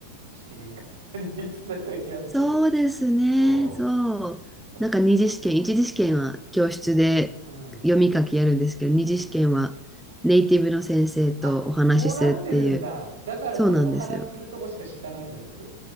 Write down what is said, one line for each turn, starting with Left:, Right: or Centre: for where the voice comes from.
Right: 市民会館に行ってたような気がする。
Centre: そうですね。
Right: そ
Centre: そう。
Right: う。そ
Centre: なんか二次試験、一次試験は教室で読み書きやるんですけど、
Right: ううん。
Centre: 二次試験はネイティブの先生とお話しするっていう。
Right: うん。あ、そうなってるんだ。だからそのお話しするとこしか知らないんだ、
Centre: そうなんですよ。
Right: 僕。